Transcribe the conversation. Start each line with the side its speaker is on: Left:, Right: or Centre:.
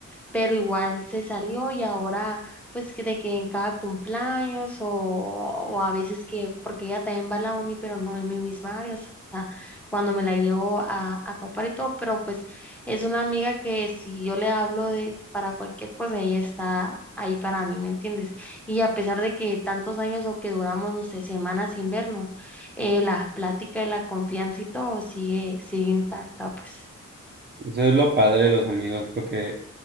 Centre: pero igual se salió y ahora pues que de que en cada cumpleaños o, o a veces que, porque ella también va a la uni, pero no en mi misma área, o sea, cuando me la llevo a, a topar y todo, pero pues es una amiga que si yo le hablo de para cualquier cosa, ella está ahí para mí, ¿me entiendes? Y a pesar de que tantos años o que duramos, no sé, semanas sin vernos, eh, la plática de la confianza y todo sigue, sigue intacta, pues.
Right: Eso es lo padre de los amigos, porque